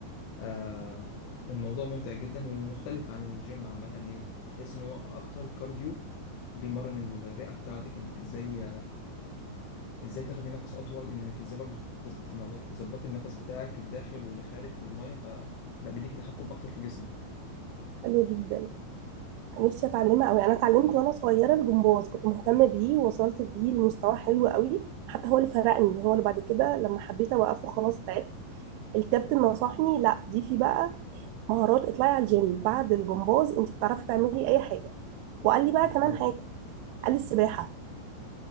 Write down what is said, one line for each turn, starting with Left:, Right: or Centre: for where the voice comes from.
Left: آه الموضوع ممتع جدا ومختلف عن الجيم عامه يعني تحس ان هو اكتر كارديو بيمرن الرئه بتاعتك انك ازاي ازاي تاخدي نفس اطول انك ازاي برضو تز- تنظ- تظبطي النفس بتاعك الداخل واللي خارج في الميه ف لا بيديكي تحكم اكتر في جسمك
Right: حلو جدا نفسي اتعلمها قوي انا اتعلمت وانا صغيره الجمباز كنت مهتمه بيه ووصلت بيه لمستوى حلو قوي حتى هو اللي فرقني هو اللي بعد كده لما حبيت اوقفه خلاص تعبت الكابتن نصحني لا دي في بقى مهارات اطلعي على الجيم بعد الجمباز انت بتعرفي تعملي اي حاجه وقال لي بقى
Left: مظبوط
Right: كمان حاجه قال لي السباحه